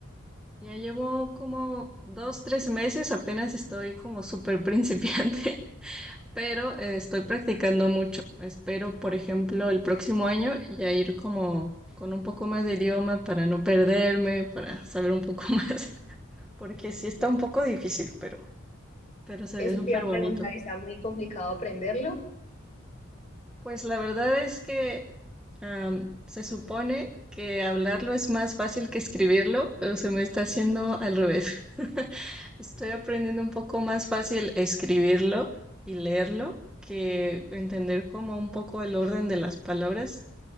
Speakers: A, in the centre; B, on the left (about 35°).
A: Ya llevo como dos, tres meses, apenas estoy como súper principiante. <laughs> pero eh, estoy practicando mucho. Espero, por ejemplo, el próximo año ya ir como con un poco más de idioma para no perderme, para saber un poco <laughs> más, porque sí está un poco difícil, pero, pero se
B: Eso
A: ve súper
B: te iba a preguntar,
A: bonito.
B: ¿está muy complicado aprenderlo?
A: Pues la verdad es que am, se supone que hablarlo es más fácil que escribirlo, pero se me está haciendo al revés. <laughs> Estoy aprendiendo un poco más fácil escribirlo y leerlo que entender como un poco el orden de las palabras